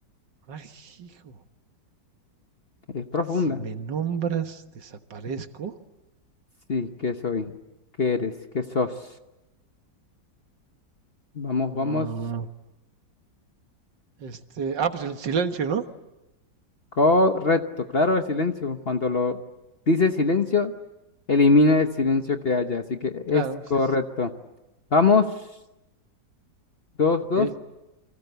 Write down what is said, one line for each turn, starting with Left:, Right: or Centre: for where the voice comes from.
Right: ay, hijo,
Left: Es profunda.
Right: si me nombras, desaparezco.
Left: Sí, ¿qué soy? ¿Qué eres? ¿Qué sos? Vamos,
Right: Ah,
Left: vamos.
Right: este, ah, pues el silencio, ¿no?
Left: Correcto, claro, el silencio. Cuando lo dice silencio, elimina el silencio que haya. Así que es
Right: Claro,
Left: correcto.
Right: sí, sí.
Left: Vamos, dos,
Right: Ok,
Left: dos.